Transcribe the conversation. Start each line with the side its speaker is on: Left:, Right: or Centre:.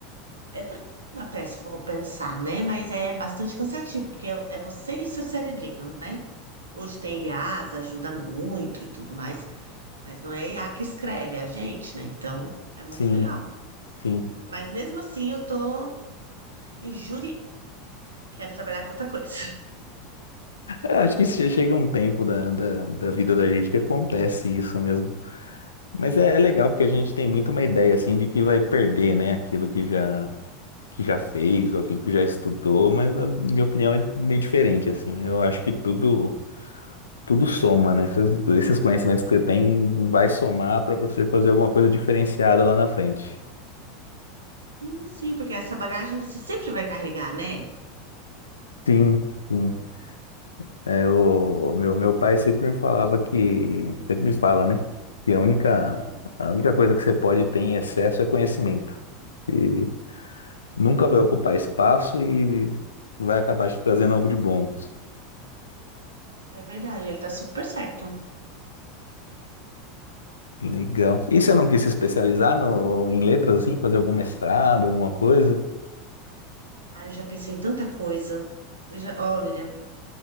Right: é tranquilo até se for pensar, né? Mas é bastante cansativo, porque é, é você e o seu cerebrinho, né? Hoje tem IAs, ajuda muito e tudo mais, mas não é I a IA que escreve, é a gente, né? Então, é muito
Left: Sim,
Right: legal.
Left: sim.
Right: Mas mesmo assim, eu tô Injúria. Quero trabalhar com outra coisa.
Left: É, acho que che- chega um tempo da, da, da vida da gente que acontece isso mesmo. Mas é, é legal
Right: Uhum.
Left: porque a gente tem muito uma ideia assim de que vai perder, né, aquilo que já que já fez ou aquilo que já estudou, mas na minha opinião é meio diferente assim. Eu acho que tudo tudo soma, né? Esses, esses conhecimentos que você tem vai somar para você fazer alguma coisa diferenciada lá na frente.
Right: E Sim, porque essa bagagem você sempre vai carregar, né?
Left: Sim, sim. É, o meu, meu pai sempre me falava que, sempre me fala, né? Que a única,
Right: Hum.
Left: a única coisa que você pode ter em excesso é conhecimento. E nunca vai ocupar espaço e vai acabar te trazendo algo de bom.
Right: É verdade, ele tá super certo.
Left: Legal. E você não quis se especializar no, em letras, assim? Fazer algum mestrado, alguma coisa?
Right: Ah, eu já pensei em tanta coisa. Eu já, olha,